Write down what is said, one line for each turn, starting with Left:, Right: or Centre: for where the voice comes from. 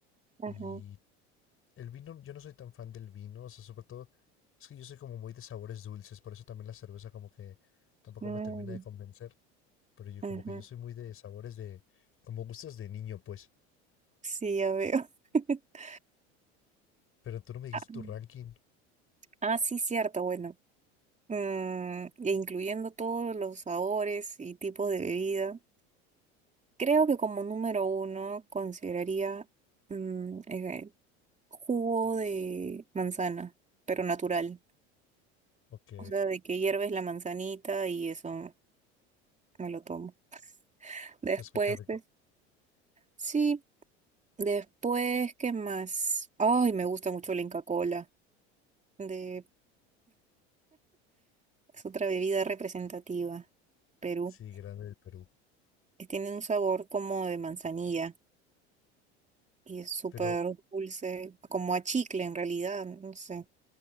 Right: Ajá.
Left: Y el vino, yo no soy tan fan del vino, o sea, sobre todo es que yo soy como muy de sabores dulces, por eso también la cerveza como que tampoco
Right: Mm,
Left: me termina de convencer, pero yo
Right: ajá.
Left: como que yo soy muy de sabores de, como gustos de niño, pues,
Right: Sí, ya veo. <laughs>
Left: pero tú no me dijiste
Right: Ah,
Left: tu ranking,
Right: ah, sí, cierto, bueno. Mm, e incluyendo todos los sabores y tipos de bebida, creo que como número uno consideraría mm, eh, jugo de manzana, pero natural.
Left: ok,
Right: O sea, de que hierves la manzanita y eso me lo tomo. Después,
Left: Se escucha rico.
Right: pues, sí. Después, ¿qué más? Ay, me gusta mucho la Inca Kola. De, es otra bebida representativa. Perú.
Left: Sí, grande del Perú.
Right: Eh, Tiene un sabor como de manzanilla y es súper
Left: Pero,
Right: dulce, como a chicle en realidad, no sé.